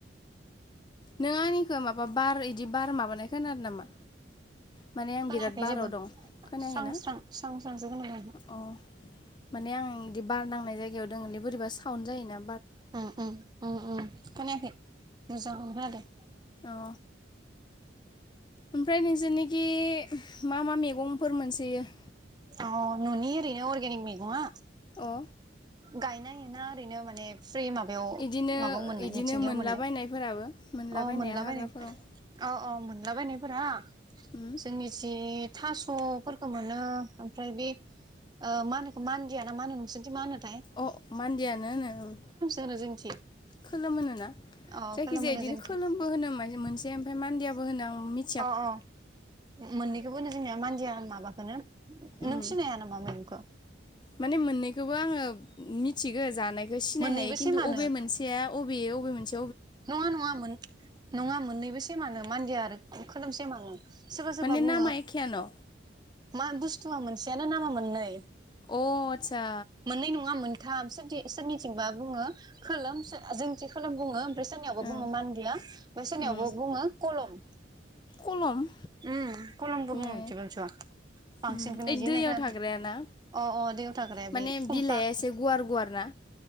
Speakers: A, on the left; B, on the right.
A: नोंङानि खो माबा बार इदि बार माबा नायखोनादो नामा माने आं
B: खोनायाखै
A: बिराद बाराव
B: जेबो
A: दं खोनायाखैना
B: स्रां स्रां स्रां स्रां <unintelligible>
A: अ माने आं बिदि बार नांनाय जायगायाव दङोललै बोरैबा साउन्ड जायो ना
B: उम उम उम उम खोनाखै मोजां खोनादो
A: अ ओमफ्राय नोंसोरनोखि मा मा मैगंफोर मोनसे सोयो
B: औ ननि ओरैनो अरगिनीक मैगङा
A: औ
B: गायनाय ना ओरैनो माने फ्रि माबायाव
A: इदिनो
B: माबायाव मोननाय
A: इदिनो
B: मिथिंगायाव
A: मोनलाबायनायफोराबो
B: मोननाय
A: मोनलाबायनाया
B: औ मोनलाबायनाय
A: हाग्राफोराव
B: अ औ मोन नआव बानायफोरा
A: उम
B: जोंनिथिं थासफोरखौ मोनो ओमफ्राय बे ओ मा होनोखौ मानदियाना मा होनो नोंसोरनिथि माहोनो
A: अ मान्दियानो होनो औ
B: होनो जोंनिथिं
A: खोलोम होन ना
B: अ
A: जायखिजाया
B: खोलोम होनो
A: बिदिनो
B: जोंनिथिं
A: खोलोमबो होनो म मोनसे ओमफ्राय मान्दियाबो होनो आं मिथि
B: अ अ मोननैखौबो होनो जोंनिया मानदिया माबा मानो
A: उम
B: नों सिनाया नामा मैगंखौ
A: माने मोननैखौबो आङो मिथिगो जानाय बे सिनाय
B: मोननैबो
A: हायो खिन्थु
B: सेमानो
A: अबे मोनसेया अ बियो मोनस
B: नङा नङा मोन नङा मोननैबो सेमानो मानदिया आरो खोलोम सेमानो सोरबा सोरबा
A: माने
B: बुङो
A: नामा एखेयानो
B: मा बुस्थुवआ मोनसेयानो नामा मोननै
A: अ आदसा
B: मोननै नंङा मोन थाम सोनथि सोरनिथिंबा बुङो खोलोम जोंथि खोलोम बुङो। सोरनिआवबा
A: ओं
B: बुङो मान्दिया ओमफ्राय सोरनिावबो
A: उम
B: बुङो कलम।
A: खलम
B: अम खलमबो बुङो
A: ए
B: बुथिबा-बुथिबा बांसिनखौनो
A: उम ओइ
B: एदि होननाय
A: दैयाव
B: खोनादो
A: थाग्रायाना
B: अ अ दैयाव थाग्राया
A: माने
B: बे फुमफा
A: बिलाइआ एसे गुवार गुवार ना